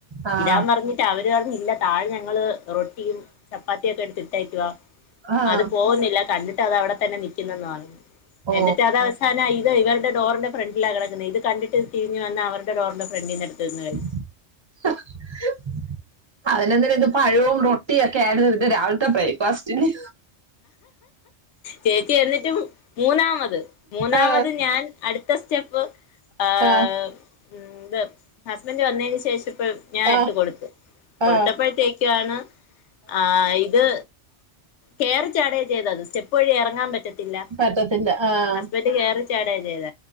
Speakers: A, on the right; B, on the left.
A: ആഹ് ആഹ്
B: ഇടാൻ പറഞ്ഞി ട്ടഅവര് പറഞ്ഞ് ഇല്ല താഴെ ഞങ്ങള് റൊട്ടിയും ചപ്പാത്തിയും ഒക്കെ എടുത്തിട്ടേക്കുവ
A: ആഹ്
B: അത് പോകുന്നില്ല കണ്ടിട്ട് അത് അവിടെ തന്നെ നിക്കുനന്ന് പറഞ്ഞ്
A: ഓ
B: എന്നിട്ട് അത അല്ലാ ഇത് ഇവരുടെ ഡോറിന്റെ ഫ്രണ്ടില കിടക്കുന്ന ഇത് കണ്ടിട്ട് തിരിഞ്ഞ് വന്ന് അവരുടെ ഡോറിന്റെ ഫ്രണ്ടിന്ന് എടുത്ത് നിന്ന് കഴി
A: <unintelligible> അതിനെന്തിന് ഇന്ന് പഴവും റൊട്ടിയും ഒക്കെ ആയിരുന്നു ഇതിൻ്റെ രാവിൽത്തെ ബ്രേക്ക്ഫാസ്റ്റിന്
B: ചേച്ചി എന്നിട്ട് മൂ മൂന്നാമത് മൂന്നാമത്
A: ആഹ്
B: ഞാൻ അടു ടുത്ത സ്റ്റെപ്പ് അ്
A: ആഹ്
B: ഉം ഇത് ഹസ്ബൻഡ് വന്നതിന് ശേഷം ഇപ്പോ ഞാൻ
A: ആഹ്
B: എടുത്ത് കൊടുത്ത് കൊടുത്തപ്പോഴത്തേക്കാണ്
A: ആഹ്
B: ആഹ് ഇത് കേറി ചാടുകയും ചെയ്താത് സ്റ്റെപ്പ് വഴി ഇറങ്ങാൻ പറ്റ ത്തില്ല
A: പറ്റത്തില്ല ആഹ്
B: ഹസ്ബന്റ് കേറി ചാടാ ചെയ്ത